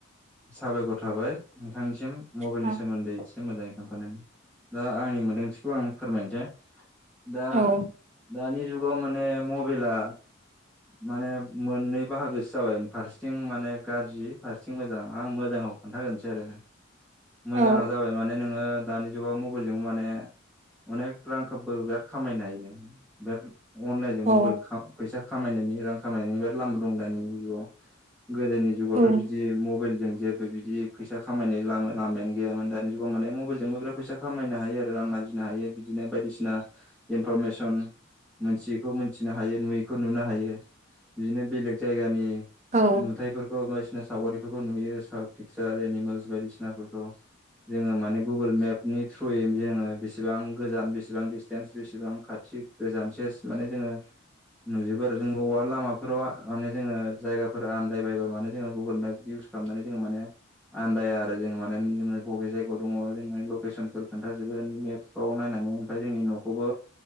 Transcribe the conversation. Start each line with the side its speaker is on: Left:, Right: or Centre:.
Centre: साबायखर थाबाय। नोंथांनिसिम मबाइलनि
Right: औ
Centre: सोमोन्दै एसे मोजाङै खो <unintelligible> दा आंनि मोनदांथिखौ आं फोरमायनोसै दा
Right: औ
Centre: दानि जुगाव माने मबाइला माने मोननै बाहागोसो जाबाय फारसेथिं माने गाज्रि फारसेथिं मोजां आं मोजाङाव खोन्थाग्रोनोसै आरो मोजाङा
Right: औ
Centre: जाबाय माने नोङो दानि जुगाव मबाइलजों माने अनेक रांखौबो बिराद खामायनो हायो बिराद अनलाइनजों
Right: औ
Centre: मबाइल खा फैसा खामायनायनि रां खामायनायनि लामा दं दानि जुगाव। गोदोनि जुगावथ'
Right: औ
Centre: बिदि मबाइल जों जेबो बिदि फैसा खामायनाय लामा लामायानो गैयामोन दानि जुगाव माने मबाइलजोंबो बिराद फैसा खामायनो हायो आरो। रां आरजिनो हायो बिदिनो बायदिसिना इनफरमेसन मोनथियैखौ मोनथिनो हायो नुयैखौ नुनो हायो बिदिनो बेलेग जायगानि नुथायाइफोरखौ
Right: औ
Centre: बायदिसिना सावगारिफोरखौ नुयो चारप पिकसार एनिमेल्स बायदिसिनाफोरखौ। जोङो माने गुगोल मेपनि थ्रुयै जोङो बेसेबां गोजान बेसेबां दिडिसटेन्स बेसेबां खा थि गोजानसेस माने जोङो नुजोबो आरो जों अबबा लामाफोराव माने जोङो जायगा फोर आनन्दायबायबब्ला माने जोङो गुगोल मेप इउस खालामनानै जोङो माने आन्दाया आरो जोङो माने जोङो बबे जायगायाव दङ जों माने लकेसनफोर खोन्थाजोबो मेपफ्राव नायनान ओमफ्राय जोंनि न'खौबो